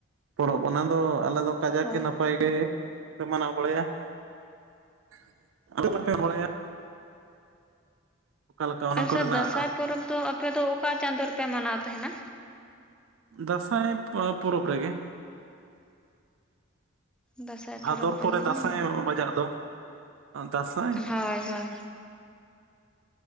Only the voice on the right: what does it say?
ᱯᱚᱨᱚᱵᱽ ᱚᱱᱟ ᱫᱚ ᱟᱞᱮ ᱫᱚ, ᱠᱷᱡᱟᱠ
ᱜᱮ, ᱱᱟᱯᱟᱭ ᱜᱮ, ᱞᱮ ᱢᱟᱱᱟᱣ ᱵᱟᱲᱟᱭᱟ ᱾ ᱮ <unintelligible> ᱵᱚᱞᱮᱭᱟ <unintelligible> ᱞᱮᱠᱟ ᱚᱱᱟ
ᱠᱚᱨᱮᱱᱟᱜ
ᱫᱟᱸᱥᱟᱭ ᱯᱚᱨᱚᱵᱽ ᱨᱮᱜᱮ ᱾
ᱵᱷᱟᱫᱚᱨ
ᱯᱚᱨᱮ ᱫᱟᱸᱥᱟᱭ
ᱵᱟᱡᱟᱜ ᱫᱚ ᱫᱟᱸᱥᱟᱭ ᱾